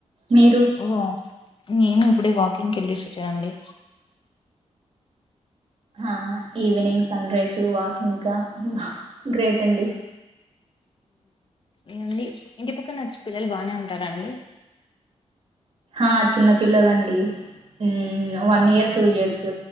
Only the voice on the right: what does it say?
మీరు
ఆ ఈవినింగ్ సన్ రైస్ వాకింగ్కా గ్రేట్ అండి
ఆ చిన్న పిల్లలండి ఉమ్ వన్ ఇయర్ టూ ఇయర్స్